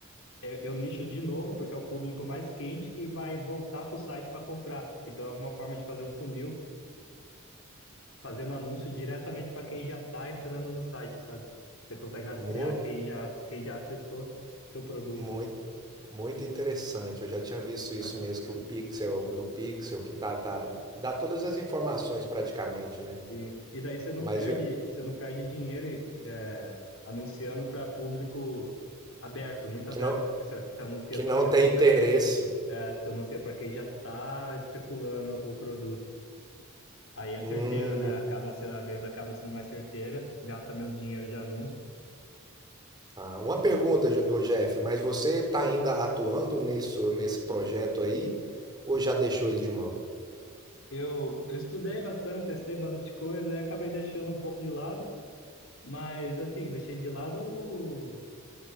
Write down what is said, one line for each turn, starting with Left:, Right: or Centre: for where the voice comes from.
Left: eu, eu nicho de novo, porque é o público mais quente que vai voltar para o site para comprar. Então, é uma forma de fazer um funil fazendo anúncio diretamente para quem já está entrando no site, sabe? Você consegue rastrear
Right: Mu-
Left: quem já, quem já acessou seu produto.
Right: Muito, muito interessante. Eu já tinha visto isso
Left: né?
Right: mesmo, que o Pixel do Pixel, que tá, tá, dá todas as informações praticamente, né?
Left: Sim. E daí você não
Right: Mas
Left: perde,
Right: eu-
Left: você não perde dinheiro é, anunciando para público aberto, muito aberto.
Right: que não,
Left: porque Você, você anuncia
Right: que não
Left: só para
Right: tem
Left: quem
Right: interesse.
Left: já, é, você anuncia para quem já está especulando o produto. Aí é
Right: Hum.
Left: certeiro, né? Acaba sendo a venda, acaba sendo mais certeira, gasta menos dinheiro de anúncio.
Right: Ah, uma pergunta,
Left: É.
Right: Jo- ô Jeff, mas você tá ainda atuando nisso, nesse projeto aí, ou já deixou ele de mão?
Left: Eu, eu estudei bastante, testei bastante coisa, aí acabei deixando um pouco de lado. Mas assim, deixei de lado o,